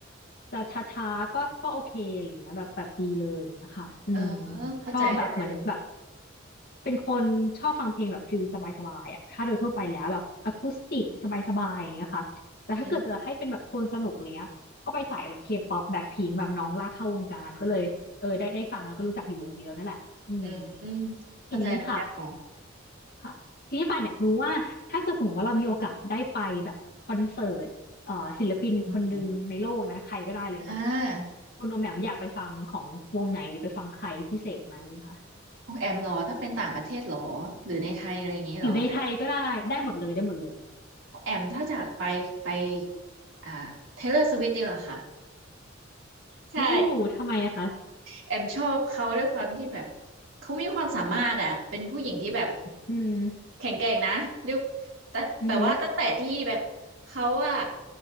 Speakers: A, on the left; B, on the right.
A: จะช้าๆก็ก็โอเคอะไรเงี้ยแบบแบบดีเลยนะคะอืม
B: เออเข้าใจได้เลย
A: ชอบแบบเหมือนแบบเป็นคนชอบฟังเพลงแบบฟิลสบายๆอ่ะถ้าโดยทั่วไปแล้วแบบอะคูสติกสบายๆอย่างเงี้ยค่ะแต่ถ้าเกิดจะให้เป็นแบบโทนสนุกอะไรเนี้ยก็ไปใส่แบบเคป๊อปแบ็คพิงแบบน้องลากเข้าวงการก็เลยเออได้ได้ฟังแล้วก็รู้จักอยู่วงเดียวนั่นแหละ
B: อืม
A: อืม
B: อืมอืมเข้าใจได้แล้วค่ะ
A: ทีนี้ค่ะค่ะทีนี้ปานอยากรู้ว่าถ้าเกิดสมมติว่าเรามีโอกาสได้ไปแบบคอนเสิร์ตเอ่อศิลปินคนหนึ่งในโลกนะใครก็ได้เลยแบบ
B: อืมอ่า
A: คุณโอมแหม่มอยากไปฟังของวงไหนหรือไปฟังใครพิเศษไหมคะ
B: ของแอมเหรอ ถ้าเป็นต่างประเทศเหรอ หรือในไทยอะไรอย่างงี้เหรอถ้า
A: หรือในไทยก็ได้ได้หมดเลยได้หมดเลย
B: ของแอมถ้าจากไปไปอ่าเทเลอร์สวิฟต์ดีกว่าค่ะ ใช่
A: อู้ทำไมอะคะ
B: แอมชอบเขาด้วยความที่แบบเขามีความสามารถอ่ะเป็นผู้หญิงที่แบบ
A: อืม
B: แข็งแกร่งนะด้วยแต่แต่ว่าตั้งแต่ที่แบบเขาอ่ะ
A: อือหือ